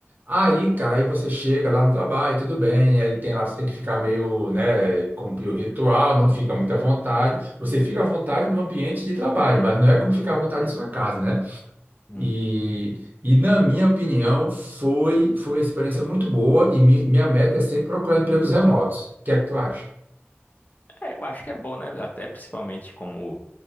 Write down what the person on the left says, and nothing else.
Hum.
É, eu acho que é bom, né? Até principalmente como